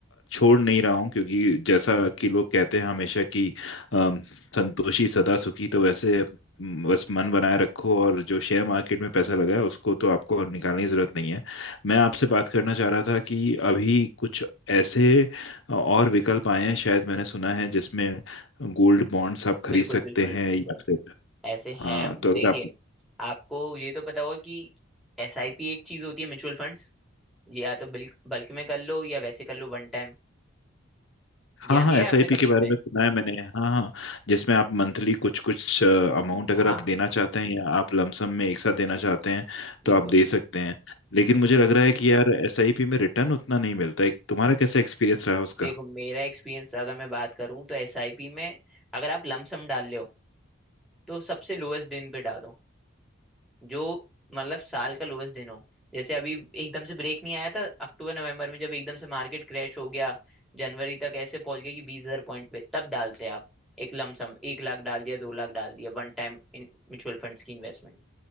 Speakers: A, on the left; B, in the centre.
A: छोड़ नहीं रहा हूँ क्योंकि जैसा कि लोग कहते हैं हमेशा कि अम, संतोषी सदा सुखी तो वैसे अम, बस मन बनाए रखो और जो शेयर मार्केट में पैसा लगा है उसको तो आपको निकालने की जरूरत नहीं है मैं आपसे बात करना चाह रहा था कि अभी कुछ ऐसे और विकल्प आए हैं शायद मैंने सुना है जिसमें गोल्ड बॉन्ड्स आप खरीद
B: बिल्कुल
A: सकते
B: बिल्कुल
A: हैं
B: बिल्कुल
A: या फिर
B: ऐसे हैं
A: हाँ तो
B: देखिए
A: अगर आप
B: आपको ये तो पता होगा कि एसआईपी एक चीज होती है म्यूचुअल फंड्स ये या तो बिल- बल्क में कर लो या वैसे कर लो वन टाइम
A: हाँ
B: ध्यान
A: हाँ
B: दिया
A: एसआईपी
B: है आपने कभी
A: के
B: इस
A: बारे
B: पे
A: में सुना है मैंने हाँ हाँ जिसमें आप मंथली कुछ कुछ अमाउंट अगर
B: हाँ
A: आप देना चाहते हैं या आप लमसम में एक साथ देना चाहते हैं
B: बिल्कुल
A: तो आप दे सकते हैं लेकिन
B: बिल्कुल
A: मुझे लग रहा है कि यार एसआईपी में रिटर्न उतना नहीं मिलता है तुम्हारा कैसा एक्सपीरियंस रहा उसका
B: देखो मेरा एक्सपीरियंस अगर मैं बात करूं तो एसआईपी में अगर आप लमसम डाल रहे हो तो सबसे लोएस्ट दिन पे डालो जो मतलब साल का लोएस्ट दिन हो जैसे अभी एकदम से ब्रेक नहीं आया था अक्टूबर नवंबर में जब एकदम से मार्केट क्रैश हो गया जनवरी तक ऐसे पहुंच गया कि बीस हजार पॉइंट पे तब डालते आप एक लमसम एक लाख डाल दिया दो लाख डाल दिया one time in mutual funds की इन्वेस्टमेंट